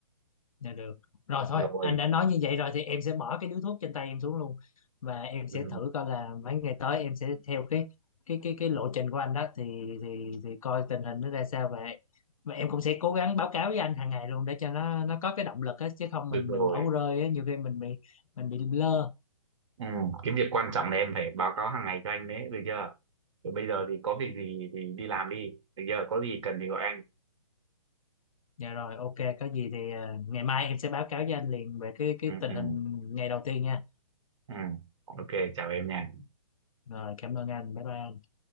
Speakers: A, on the left; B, on the right.
A: dạ được rồi thôi
B: rồi
A: anh đã nói như vậy rồi thì em sẽ bỏ cái điếu thuốc trên tay em xuống luôn và em sẽ
B: ừ,
A: thử coi là mấy ngày tới em sẽ theo cái cái cái cái lộ trình của anh đó thì thì thì coi tình hình nó ra sao và và em cũng sẽ cố gắng báo cáo với anh hàng ngày luôn để cho nó nó có cái động lực á chứ không
B: được
A: mình
B: rồi
A: mình bỏ rơi á nhiều khi mình bị mình bị lơ
B: ừ. cái việc quan trọng là em phải báo cáo hàng ngày cho anh đấy được chưa rồi bây giờ thì có việc gì thì đi làm đi được chưa có gì cần thì gọi anh
A: Dạ rồi, ok, có gì thì ờ, ngày mai em sẽ báo cáo với anh liền về cái cái
B: ừ,
A: tình
B: ừ,
A: hình ngày đầu tiên nha.
B: ừ. ok chào em nha
A: Rồi, cảm ơn anh. Bye bye.